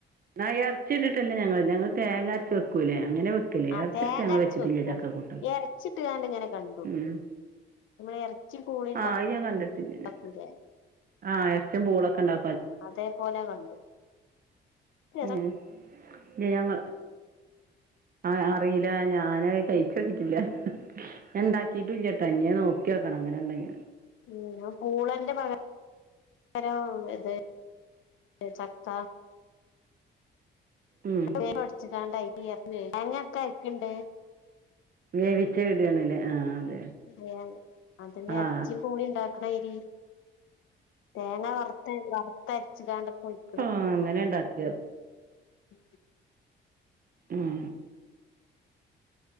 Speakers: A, on the right; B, on the left.
A: ന്നാ എറച്ചിട്ട്ട്ടല്ല ഞങ്ങള് ഞങ്ങള് തേങ്ങ അരച്ച് വെക്കൂല്ലേ അങ്ങനെ വെ ക്കലേ
B: ആ
A: എറച്ചിട്ട്ട്ട്
B: തേങ്ങ
A: ഞങ്ങള്
B: അരച്ച്
A: വെച്ചിട്ടില്ല
B: വെക്കും
A: ചക്കക്കൂട്ടാന്
B: ഇറച്ചിട്ട്കാണ്ട് ഇങ്ങനെ കണ്ടു
A: ഉം
B: നമ്മള് ഇറച്ചി പൂളി
A: ആഹ് <unintelligible> യാൻ കണ്ടിട്ടില്ല
B: ഉണ്ടാക്കൂലേ
A: ആ എറച്ചിംപൂളൊക്കെ ഉണ്ടാ
B: അതേ പോലെ കണ്ടു <unintelligible>
A: ഉം ജയാങ്കൾ ആഹ് അറിയില്ല ഞാനായി കയ്ച്ചോക്കിട്ടില്ല ഞാണ്ടാക്കിയിട്ടുലട്ടോ ഞ് നോക്കി ക്കണം അങ്ങനെ ഉണ്ടങ്കി
B: ഉം ന്നാ പൂളന്റെ പക പരാവും ഇത് ചക്ക
A: ഉം
B: <unintelligible>
A: വേവിച്ച് ഇട് ആണ്ല്ലേ ആ അതെ.
B: അതെ അതന്നെ
A: ആ
B: എറച്ചിം പൂളിം ഇണ്ടാക്കണായിരി. തേങ്ങ വറുത്ത വറ്ത്തരച്ചികാണ്ടൊക്കെ <unintelligible>
A: ആഹ് അങ്ങനെന്നെ ഉണ്ടാക്കാ
B: ഉം
A: ഉം